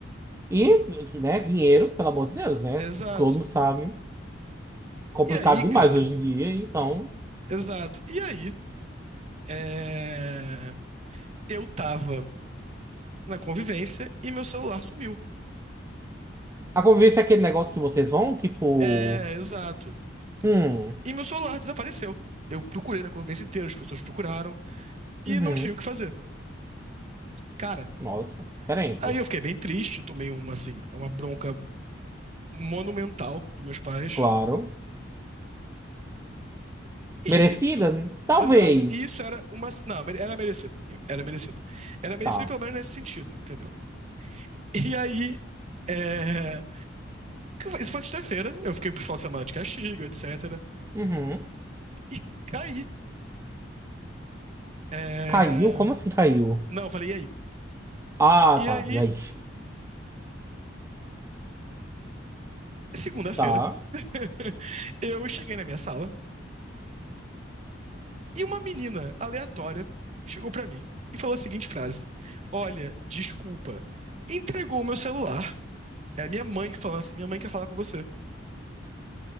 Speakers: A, on the right; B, on the right.
A: E, que, né, dinheiro, pelo amor de Deus, né?
B: Exato.
A: Todo mundo sabe. Complicado
B: E aí,
A: demais
B: cara,
A: hoje em dia, então.
B: exato. E aí, é, eu tava na convivência e meu celular sumiu.
A: A convivência é aquele negócio que vocês vão, tipo.
B: É, exato.
A: Hum,
B: E meu celular desapareceu. Eu procurei na convivência inteira, as pessoas procuraram e
A: uhum,
B: não tinha o que fazer. Cara,
A: nossa, diferente.
B: aí eu fiquei bem triste, tomei uma assim, uma bronca monumental dos meus pais.
A: Claro.
B: E,
A: Merecida?
B: <laughs>
A: Talvez.
B: exato. E isso era uma, não, era merecido. Era merecido. Era merecido
A: Tá.
B: pelo menos nesse sentido, entendeu? E aí é, isso foi sexta-feira, eu fiquei pro final de semana de castigo, etc.
A: Uhum.
B: E aí, é,
A: Caiu? Como assim caiu?
B: não, eu falei e aí.
A: Ah,
B: E
A: tá.
B: aí,
A: E aí?
B: segunda-feira,
A: Tá.
B: <laughs> eu cheguei na minha sala E uma menina aleatória chegou pra mim e falou a seguinte frase: Olha, desculpa, entregou o meu celular. É minha mãe que falou assim: Minha mãe quer falar com você.